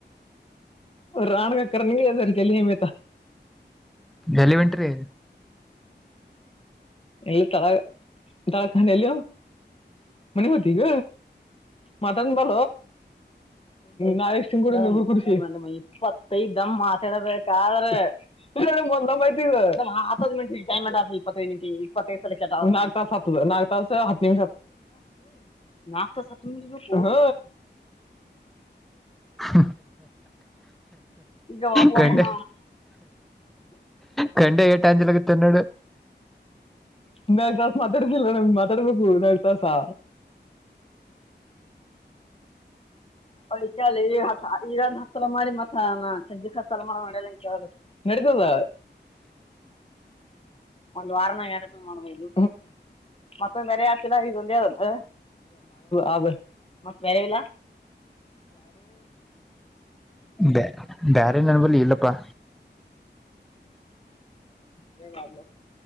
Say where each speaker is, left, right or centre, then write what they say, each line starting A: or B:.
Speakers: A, on the left; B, in the centre.
A: ರಾಣಗಕ ಇಧರ ಚಲಮ್ಮತ..
B: ಎಲ್ಲಿ ಉಂಟ್ರರಿ..
A: ಎಲ್ಲಿ ತ ತಳಖೆ ಎಲ್ಲ.. ಮನ ಹತಿಗ ಮಾತ ಭ.. ನಾ ಇಷ್ಟನ್ ಕೂಡರು ಕೂಡ ಇಪ್ಪತ್ತೈದ ದಮ್ಮ್ ಮಾತಾಡಬೇಕಾದ್ರೆ.. ಇಲ್ಲ್ಐ ಹ್ ಮಿಟಮ್ ಇಪ್ಪತ್ತೈದು ಮಿಟ.. ಹ ನಾಕ ಹತ್ತು ನಿಮಿಷ ಹ್ಮ್ ನಿಮ.. ಹ್ಮ.
B: ಹ
A: ಈಗ
B: ಕಂಡ
A: ಒಮ್ಮ
B: ಕಂಡ ಏಟಾ ಅಂಜಲ.. ತಿನ್ನಡೆ..
A: ನಾ ತಾಸ ಮಾತಾಡುದಿಲ್ಲ ನಮ ಮಾತಾಡ್ಬೇಕು ನಾ ತಾಸಾ.. ಹ ಈ ಈ್ ಹಲ ಮಾಡಿ ಮತ್ತ ಚಜ ಹತ್ತಲ ಮಾಡ ಮಾಡಲ್ಲ.. ಇದ.
B: <inaudible>
A: ಒಂದ್ ವಾರನ ಎಟ ಮಾಡ್ಬೋದು ಮತ್ತೊಂದ್ ಬರಿ ಆತಿಿಲ್ಲ ಈಗೊಂದೇದತ್ತ ಆ ಬಾರೆ.
B: ಬ ಬೇರೆ ನನ್ ಬಲ್ಲಿ ಇಲ್ಲಪ್ಪಾ.
A: ಹ